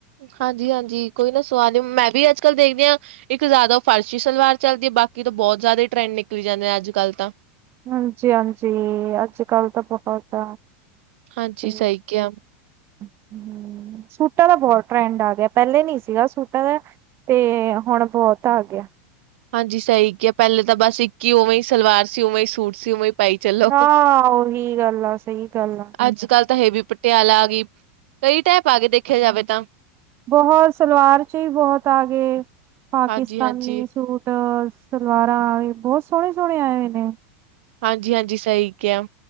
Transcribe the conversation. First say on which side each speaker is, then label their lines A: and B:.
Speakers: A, on the right; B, on the right.
A: ਹਾਂਜੀ-ਹਾਂਜੀ ਕੋਈ ਨਾ ਸਵਾਦ ਨਹੀਂ ਮੈਂ ਵੀ ਅੱਜ ਕੱਲ ਦੇਖਦੀ ਹਾਂ ਇੱਕ ਜ਼ਿਆਦਾ ਫਰਸ਼ੀ ਸਲਵਾਰ ਚੱਲਦੀ ਐ ਬਾਕੀ ਤੋਂ ਬਹੁਤ ਜ਼ਿਆਦਾ ਹੀ ਟਰੈਂਡ ਨਿਕਲੀ ਜਾਂਦੇ ਆ ਅੱਜ ਕੱਲ੍ਹ ਤਾਂ,
B: ਹਾਂਜੀ-ਹਾਂਜੀ ਅੱਜ-ਕੱਲ ਤਾਂ ਬਹੁਤ
A: ਹਾਂਜੀ
B: ਤੇ
A: ਸਹੀ ਕਿਹਾ।
B: ਹੂੰ <inaudible> ਸੂਟਾਂ ਦਾ ਬਹੁਤ ਟਰੈਂਡ ਆ ਗਿਆ ਪਹਿਲੇ ਨੀ ਸੀਗਾ ਸੂਟਾਂ ਦਾ ਤੇ ਹੁਣ ਬਹੁਤ ਆ ਗਿਆ।
A: ਹਾਂਜੀ ਸਹੀ ਕਿਹਾ ਪਹਿਲੇ ਤਾਂ ਬਸ ਇੱਕ ਹੀ ਉਵੇਂ ਹੀ ਸਲਵਾਰ ਸੀ ਉਵੇਂ ਹੀ ਸੂਟ ਸੀ ਉਵੇਂ ਹੀ ਭਾਈ ਚਲੋ,
B: ਹਾਂ ਉਹੀ ਗੱਲ ਆ ਸਹੀ ਗੱਲ ਆ।
A: ਅੱਜ ਕੱਲ ਤਾਂ ਇਹ ਵੀ ਪਟਿਆਲਾ ਆ ਗਈ ਕਈ ਟਾਈਪ ਆ ਗਏ ਦੇਖਿਆ ਜਾਵੇ ਤਾਂ,
B: ਬਹੁਤ ਸਲਵਾਰ ਚ ਹੀ ਬਹੁਤ ਆ ਗਏ। ਪਾਕਿਸਤਾਨੀ
A: ਹਾਂਜੀ ਹਾਂਜੀ
B: ਸੂਟ ਸਲਵਾਰਾਂ ਬਹੁਤ ਸੋਹਣੇ ਸੋਹਣੇ ਆਏ ਹੋਏ ਨੇ
A: ਹਾਂਜੀ-ਹਾਂਜੀ ਸਹੀ ਕਿਆ